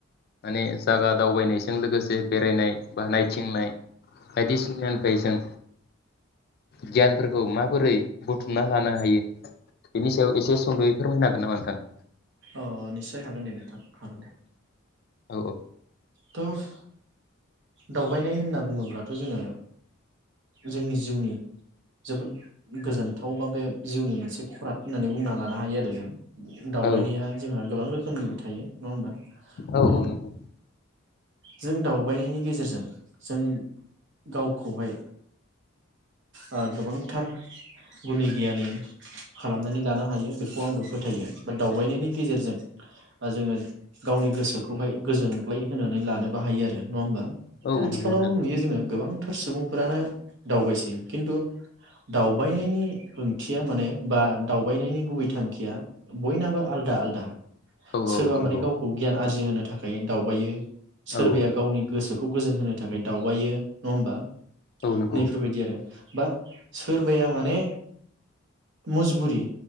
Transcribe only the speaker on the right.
अ निस्सय हागोन दे नोंथां हागोन दे।
थ' दावबायनाय होनना बुङोब्लाथ' जोङो, जोंनि जिउनि जोबोद गोजोनथाव बा बे जिउनि मोनसे खराद होननानै बुंना लानो हायो आरो जों। सहायनाया
जोंहा गोबां रोखोम खोमनिबो थायो। नङा होमबा त'।
जों दावबायनायनि गेजेरजों जों गावखौहाय, ओ गोबांथार गुनि गियानि खालामनानै लानो हायो बेखौ आंबो फोथायो। दावबायनायनि गेजेरजों जोङो, गावनि गोसोखौहाय गोजोनग्लाय होनानै लानोबो हायो आरो नङा होमबा?
दा
आथिखालाव
नुयो जोङो गोबां। थार सुबुंफोरानो दावबायसै खिन्थु दावबायनायनि ओंथिया माने बा दावबायनायनि गुबै थांखिया। बयनाबो आलदा आलदा।
सोरबा
माने गावखौ गियान आरजिहो थाखाय दावबायो सोरबाया
गावनि गोसोखौ खौ गोजोन होनो थाखाय दावबायो। नङा होमबा
नैफोरबायदि आरो। बा सोरबाया माने मजबुरि